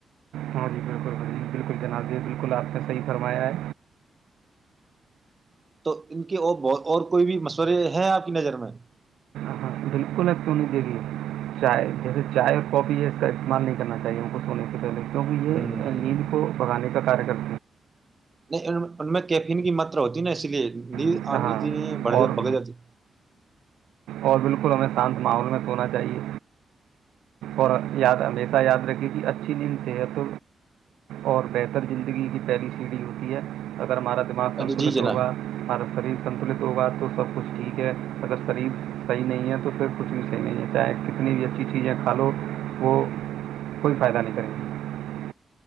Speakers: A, on the right (about 85°); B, on the right (about 40°).
A: ہاں جی بالکل جی بالکل جناب بالکل آپ نے صحیح فرمایا ہے
B: تو ان کے اور بت اور کوئی بھی مشورے ہیں آپ کی نظر میں
A: ہاں بالکل ایٹرونک د لیے چائے جیسے چائے اور کاپی ہے اس کا استعمال نہیں کرنا چاہیے ہم کو سونے سے پہلے کیہ
B: ہوں
A: یہ نیند کو بھگانے کا قارعہ کرتا
B: نہیں ان ان میں کیفین کی ماترا ہوتی ہیں نا اس لیے نی
A: ہیں
B: آنی
A: ہاں
B: جی بڑے
A: اور
B: ج بگ جای <unintelligible>
A: اور بالکل ہمیں شانت ماحول میں سونا چاہیے اور یاد ہمیشہ یاد رکھے کہ اچھی دن صحت اور بہتر زندگی کی پہلی سیڑھی ہوتی ہے اگر ہمارا دماغ سنٹولیت
B: ارے جی جناب
A: ہوگا ہمارا شریر سنتلت ہوگا تو تو سب کچھ ٹھیک ہے اگر شریف صح نہیں ہے تو پھر کچھ بھی صح نہیں ہے چاہے اتنی بھی اچھی چیزیں کھا لو وہ کوئی فائدہ نہیں کرے